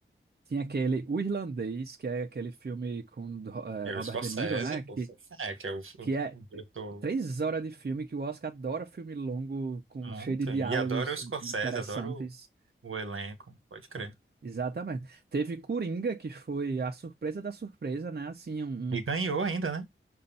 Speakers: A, on the right (about 50°); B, on the right (about 75°).
A: Tinha aquele O Irlandês, que é aquele filme com do- eh,
B: E é
A: Robert
B: o Scorsese,
A: De Niro, né?
B: pô,
A: Que,
B: é, que é o, o-
A: que é
B: o diretor
A: três horas de filme, que o Oscar adora filme longo, com,
B: muito.
A: cheio de diálogos
B: E adoro o Scorsese,
A: interessantes.
B: adoro o, o elenco, pode crer.
A: Exatamente. Teve Coringa, que foi a surpresa da surpresa, né? Assim, um,
B: E
A: um-
B: ganhou ainda, né?